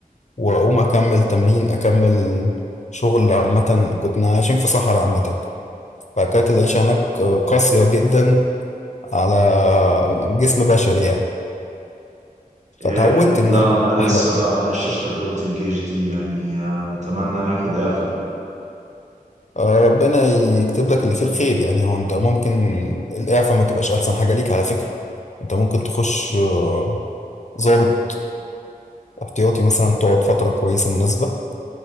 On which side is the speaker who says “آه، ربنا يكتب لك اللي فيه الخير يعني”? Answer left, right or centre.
Left